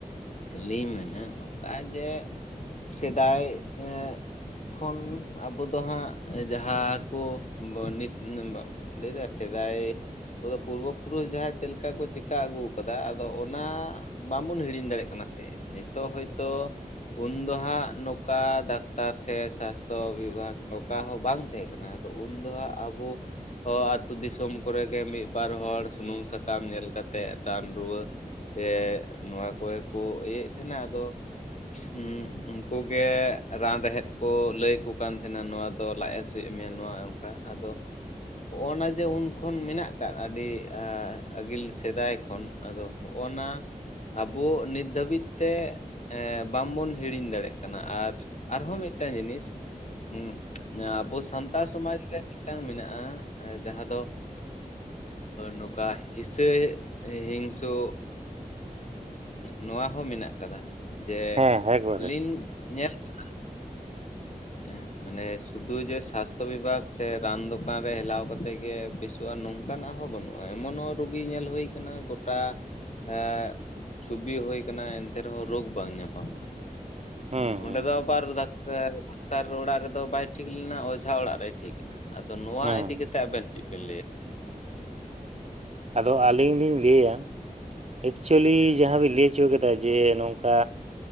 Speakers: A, on the left; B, on the right.
A: ᱟᱹᱞᱤᱧ ᱢᱮᱱᱟ ᱚᱠᱟ ᱡᱮ ᱥᱮᱫᱟᱭ ᱮᱸ ᱠᱷᱚᱱ ᱟᱵᱚ ᱫᱚ ᱦᱟᱸᱜ ᱡᱟᱦᱟᱸ ᱠᱚ ᱵᱟᱱᱤᱛ <unintelligible> ᱞᱟᱹᱭ ᱮᱫᱟᱭ ᱥᱮᱫᱟᱭ ᱩᱱᱠᱩ ᱫᱚ ᱯᱩᱨᱵᱚ ᱯᱩᱨᱩᱥ ᱡᱟᱦᱟᱸᱭ ᱪᱮᱫᱠᱟ ᱠᱚ ᱪᱤᱟᱹ ᱟᱹᱜᱩ ᱟᱠᱟᱫᱟ ᱟᱫᱚ ᱚᱱᱟ ᱵᱟᱵᱚᱱ ᱦᱤᱲᱤᱧ ᱫᱟᱲᱮᱭᱟᱜ ᱠᱟᱱᱟ ᱥᱮ ᱱᱤᱛᱚᱜ ᱦᱚᱭᱛᱳ ᱩᱱ ᱫᱚ ᱦᱟᱸᱜ ᱱᱟᱹᱼᱼ ᱚᱠᱟ ᱰᱟᱠᱛᱟᱨ ᱥᱮ ᱥᱟᱥᱛᱷᱚ ᱵᱤᱵᱷᱟᱜᱽ ᱱᱚᱝᱠᱟ ᱦᱚᱸ ᱵᱟᱝ ᱛᱟᱦᱮᱸ ᱠᱟᱱᱟ ᱩᱱ ᱫᱚ ᱦᱟᱸᱜ ᱟᱵᱚ ᱦᱚᱸ ᱟᱛᱳ ᱫᱤᱥᱚᱢ ᱠᱚᱨᱮᱜᱮ ᱢᱤᱫ ᱵᱟᱨ ᱦᱚᱲ ᱥᱩᱱᱩᱢ ᱥᱟᱠᱟᱢ ᱧᱮᱞ ᱠᱟᱛᱮᱜ ᱨᱟᱱ ᱨᱩᱣᱟᱹ ᱥᱮ ᱱᱚᱣᱟ ᱠᱚᱜᱮᱠᱚ ᱤᱭᱟᱹᱭᱮᱫ ᱛᱟᱦᱮᱸᱱᱟ ᱟᱫᱚ ᱦᱩᱸ ᱩᱱᱠᱩᱜᱮ ᱨᱟᱱ ᱨᱮᱦᱮᱫ ᱠᱚ ᱞᱟᱹᱭ ᱟᱠᱩ ᱠᱟᱱ ᱛᱟᱦᱮᱸᱱᱟ ᱱᱚᱣᱟ ᱫᱚ ᱞᱟᱡ ᱦᱟᱥᱩ ᱪᱮᱫ ᱮᱢ ᱢᱮᱱ ᱱᱚᱣᱟ ᱱᱚᱝᱠᱟ ᱟᱫᱚ ᱦᱚᱜᱱᱟ ᱡᱮ ᱩᱱ ᱠᱷᱚᱱ ᱢᱮᱱᱟᱜ ᱟᱠᱟᱫ ᱟᱹᱰᱤ ᱟᱹᱜᱤᱞ ᱥᱮᱫᱟᱭ ᱠᱷᱚᱱ ᱟᱫᱚ ᱦᱚᱜᱱᱟ ᱟᱵᱚ ᱱᱤᱛ ᱫᱷᱟᱹᱵᱤᱡ ᱛᱮ ᱦᱮᱸ ᱵᱟᱝᱵᱚ ᱦᱤᱲᱤᱧ ᱫᱟᱲᱮᱭᱟᱜ ᱠᱟᱱᱟ ᱟᱨ ᱟᱨᱦᱚᱸ ᱢᱤᱫᱴᱟᱝ ᱡᱤᱱᱤᱥ ᱦᱩᱸ ᱟᱵᱚ ᱥᱟᱱᱛᱟᱲ ᱥᱚᱢᱟᱡᱽ ᱨᱮ ᱢᱤᱫᱴᱟᱝ ᱢᱮᱱᱟᱜᱼᱟ ᱡᱟᱦᱟᱸ ᱫᱚ ᱱᱚᱝᱠᱟ ᱦᱤᱥᱟᱹᱭ ᱦᱤᱝᱥᱩ ᱱᱚᱣᱟ ᱦᱚᱸ ᱢᱮᱱᱟᱜ ᱟᱠᱟᱫᱟ ᱡᱮ
B: ᱦᱮᱸ ᱮᱠᱵᱟᱨᱮ
A: ᱟᱞᱤᱧ ᱧᱮᱞ ᱠᱟᱜᱼᱟ ᱮᱸ ᱢᱟᱱᱮ ᱥᱩᱫᱩ ᱡᱮ ᱥᱟᱥᱛᱷᱚ ᱵᱤᱵᱷᱟᱜᱽ ᱥᱮ ᱨᱟᱱ ᱫᱚᱠᱟᱱ ᱨᱮ ᱦᱮᱞᱟᱣ ᱠᱟᱛᱮᱜ ᱜᱮ ᱵᱮᱥᱚᱜᱼᱟ ᱾ ᱱᱚᱝᱠᱟᱱᱟᱜ ᱦᱚᱸ ᱵᱟᱹᱱᱩᱜᱼᱟ ᱮᱢᱚᱱᱚᱜ ᱨᱩᱜᱤ ᱧᱮᱞ ᱦᱩᱭᱩ ᱟᱠᱟᱱᱟ ᱜᱚᱴᱟ ᱮ ᱪᱷᱚᱵᱤ ᱦᱳᱭ ᱟᱠᱟᱱᱟ ᱮᱱᱛᱮ ᱨᱮᱦᱚᱸ ᱨᱳᱜᱽ ᱵᱟᱝ ᱧᱟᱯᱟᱢ ᱟᱠᱟᱱᱟ ᱾
B: ᱦᱩᱸ
A: ᱚᱸᱰᱮ
B: ᱦᱩᱸ
A: ᱫᱚ ᱟᱵᱟᱨ ᱫᱟᱠᱛᱟᱨ ᱱᱮᱛᱟᱨ ᱚᱲᱟᱜ ᱨᱮᱫᱚ ᱵᱟᱭ ᱴᱷᱤᱠ ᱞᱮᱱᱟ ᱚᱡᱷᱟ ᱚᱲᱟᱜ ᱨᱮᱭ ᱴᱷᱤᱠ ᱮᱱᱟ ᱟᱫᱚ ᱱᱚᱣᱟ
B: ᱦᱩᱸ
A: ᱤᱫᱤ ᱠᱟᱛᱮ ᱟᱵᱮᱱ ᱪᱮᱫ ᱵᱮᱱ ᱞᱟᱹᱭᱟ
B: ᱟᱫᱚ ᱟᱹᱞᱤᱧ ᱞᱤᱧ ᱞᱟᱹᱭᱟ ᱮᱠᱪᱩᱭᱮᱞᱤ ᱡᱟᱦᱟᱸ ᱵᱤᱱ ᱞᱟᱹᱭ ᱚᱪᱚ ᱟᱠᱟᱫᱟ ᱡᱮ ᱱᱚᱝᱠᱟ